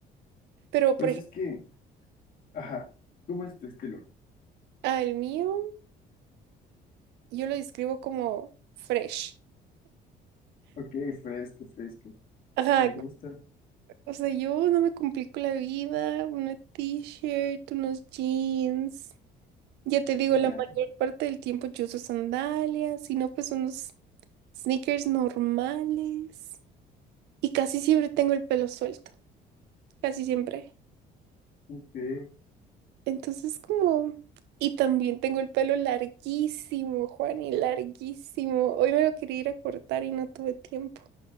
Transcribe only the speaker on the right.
Pero,
por ejemplo,
al mío, yo lo describo como fresh.
Ajá,
o sea, yo no me complico la vida, una t-shirt, unos jeans. Ya te digo,
la mayor parte del tiempo yo uso sandalias, si no, pues unos sneakers normales. Y casi siempre tengo el pelo suelto, casi siempre.
Entonces como... Y también tengo el pelo larguísimo, Juan, y larguísimo. Hoy me lo quería ir a cortar y no tuve tiempo.